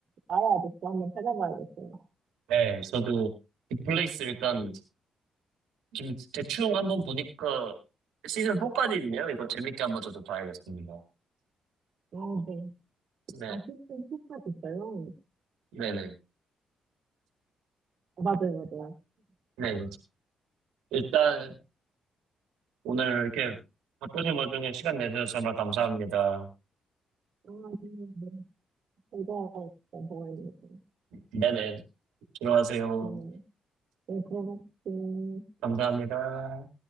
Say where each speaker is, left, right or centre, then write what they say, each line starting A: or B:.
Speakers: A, on the right; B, on the right.
A: 아야 아저씨 한번 찾아봐야겠어요.
B: 네, 저도 빅플레이스 일단 지금 대충 한번 보니까 시즌 4까지 있네요. 이거 재밌게 한번 저도 봐야겠습니다.
A: 아, 네.
B: 네,
A: 아, 피스톤 피스 있어요?
B: 네네.
A: 아, 맞아요, 맞아요.
B: 네, 일단 오늘 이렇게 바쁘신 와중에 시간 내주셔서 정말 감사합니다.
A: 아, 네, 네. 제가 일단 저
B: 네네. 들어가세요.
A: 어가 네, 들어갔어요.
B: 감사합니다.